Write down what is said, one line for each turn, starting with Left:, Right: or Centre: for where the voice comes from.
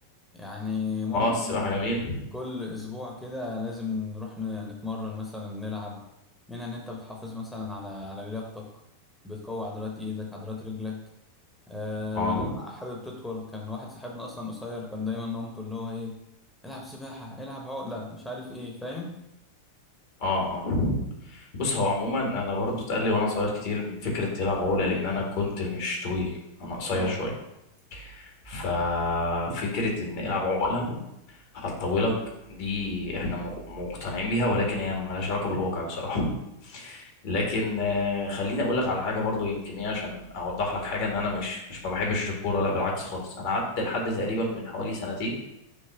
Centre: يعني ممكن
Left: اه السباحه جميله
Centre: كل اسبوع كده لازم نروح ن- نتمرن مثلا نلعب منها ان انت بتحافظ مثلا على على لياقتك بتقوي عضلات ايدك عضلات رجلك آه
Left: اه
Centre: لو حابب تطول كان واحد صاحبنا اصلا قصير كان دايما مامته اللي هو ايه العب سباحة العب عقلة مش عارف ايه فاهم
Left: اه اه بص هو عموما انا برضو اتقال لي وانا صغير كتير ان فكره تلعب عقله لان انا كنت مش طويل انا قصير
Centre: اه
Left: شويه ففكره ان العب عقله هتطولك دي احنا م- مقتنعين بيها ولكن هي ملهاش علاقه بالواقع بصراحه لكن آه، خليني اقول لك على حاجه برضو يمكن ايه عشان اوضح لك حاجه ان انا مش مش ما بحبش الكوره لا بالعكس خالص انا قعدت لحد تقريبا من حوالي سنتين